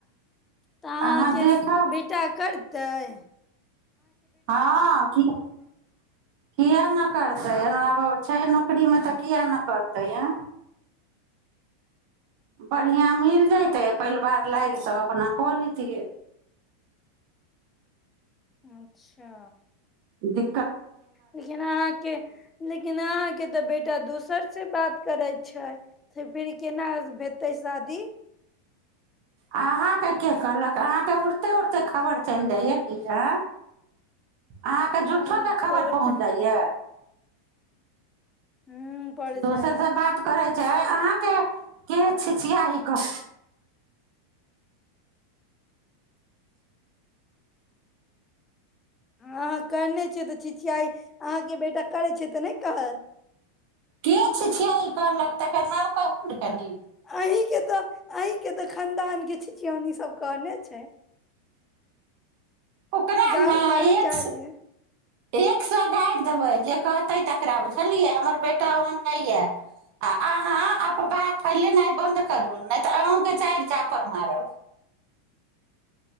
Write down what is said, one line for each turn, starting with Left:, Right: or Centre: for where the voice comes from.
Left: तऽ अहाँके
Right: अहाँ देखब
Left: बेटा कर दइ
Right: हँ किए नहि करतै छै न नकरी मे तऽ कििया नहि करतै तया बढ़िया मिल जयत ते परिवार लागि सब अपना पलीति
Left: अच्छा
Right: जी
Left: लेकिन अहाँके लेकिन अहाँके तऽ बेटा दोसर से बात करै छै से फेर केना हेतै शादी
Right: अहाँके के कहलक अहाँके उड़ते उड़ते खबर चलि जाइये की हए अहाँके झूठ्ठोके
Left: अ
Right: खबर
Left: तऽ
Right: पहुँच जाइए
Left: हूँ पड़ जाइया
Right: दोसर से बात करैत छै अहाँके के छी छियह क
Left: अहाँ करने छिय तऽ छि छइ अहाँके बेटा करै छै तऽ नहि कहत
Right: किछु छिय ई कहलक तकर नाम कहू ने कनी
Left: अहींके तऽ अहींके तऽ खानदान के छिचौनी सब कहने छै
Right: ओकरा
Left: जाउ
Right: ने
Left: मर
Right: एक
Left: चार्ज
Right: एक सए गारि देबै जे कहतै तकरा बुझलियै हमर बेटा ओहन नहि यए आ अहाँ अपफवाह फैलेनाइ बन्द करू नहि तऽ अहूँके चारि झापर मारब